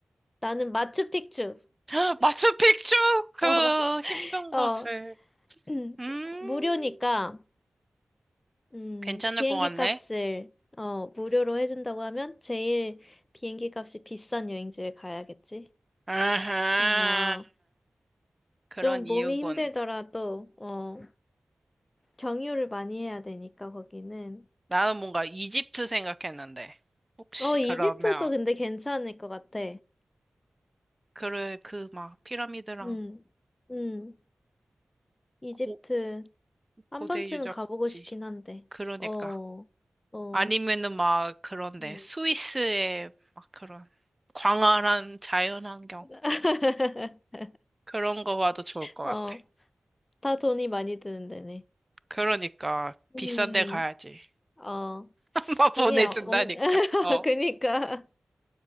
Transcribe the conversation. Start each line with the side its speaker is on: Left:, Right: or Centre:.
Left: 나는 마추픽추.
Right: <laughs> 마추픽추?
Left: <laughs>
Right: 그
Left: 어,
Right: 힘든 곳을.
Left: 어, <clears throat>
Right: 음,
Left: 무료니까, 음,
Right: 괜찮을
Left: 비행기
Right: 것 같네.
Left: 값을, 어, 무료로 해준다고 하면 제일 비행기 값이 비싼 여행지에 가야겠지.
Right: 아하,
Left: 그러면
Right: 그런
Left: 좀 몸이
Right: 이유군.
Left: 힘들더라도, 어, 경유를 많이 해야 되니까, 거기는.
Right: 나는 뭔가 이집트 생각했는데. 혹시
Left: 어,
Right: 그러면,
Left: 이집트도 근데 괜찮을 것 같아.
Right: 그래, 그 막 피라미드랑
Left: 음, 음, 이집트
Right: 고,
Left: 한
Right: 고대
Left: 번쯤은
Right: 유적지.
Left: 가보고 싶긴 한데,
Right: 그러니까.
Left: 어, 어,
Right: 아니면은 막 그런데
Left: 음.
Right: 스위스의 막 그런 광활한 자연환경.
Left: <laughs>
Right: 그런 거 봐도 좋을 것
Left: 어,
Right: 같아.
Left: 다 돈이 많이 드는 데네.
Right: 그러니까 비싼
Left: 음,
Right: 데 가야지.
Left: 어,
Right: <laughs> 막 보내준다니까.
Left: 이게 뭔, <laughs>
Right: 어.
Left: 그니까